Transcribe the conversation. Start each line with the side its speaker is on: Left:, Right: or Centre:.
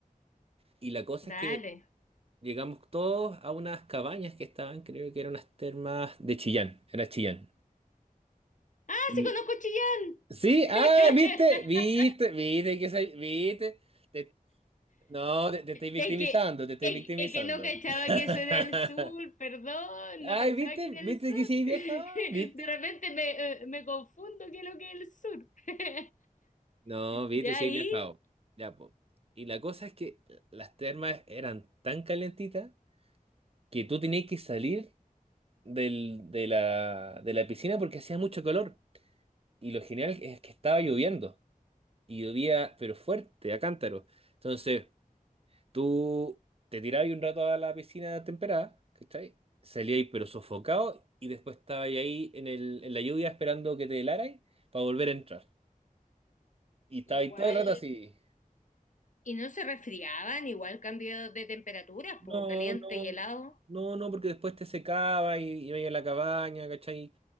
Right: Y la cosa
Left: Dale.
Right: es que llegamos todos a unas cabañas que estaban, creo que eran unas termas de Chillán, era Chillán.
Left: Ah,
Right: Y
Left: sí, conozco Chillán.
Right: sí,
Left: <laughs>
Right: ah, viste, viste, viste que soy- viste. Te- no, te, te estoy victimizando,
Left: Es que,
Right: te estoy
Left: es,
Right: victimizando.
Left: es que no cachaba que eso era
Right: <laughs>
Left: el sur, perdón,
Right: Ay,
Left: no cachaba
Right: viste,
Left: que era el
Right: viste
Left: sur.
Right: que sí,
Left: <laughs>
Right: vieja,
Left: De
Right: viste.
Left: repente me, eh, me confundo qué es lo que es el sur. <laughs>
Right: No, viste,
Left: Ya
Right: si
Left: ahí,
Right: he viajado. Ya, po. Y la cosa es que las termas eran tan calentitas que tú tenías que salir del- de la, de la piscina porque hacía mucho calor. Y lo genial es que estaba lloviendo. Y llovía, pero fuerte, a cántaro. Entonces, tú te tirabas un rato a la piscina temperada, ¿cachai? Salías, pero sofocado. Y después estabas ahí en el, en la lluvia esperando que te helarais para volver a entrar. Y estabas
Left: igual,
Right: todo el rato así.
Left: y no se resfriaban, igual cambio de temperaturas,
Right: No,
Left: po, caliente
Right: no,
Left: y helado.
Right: no, no, porque después te secaba y iba a la cabaña, ¿cachai?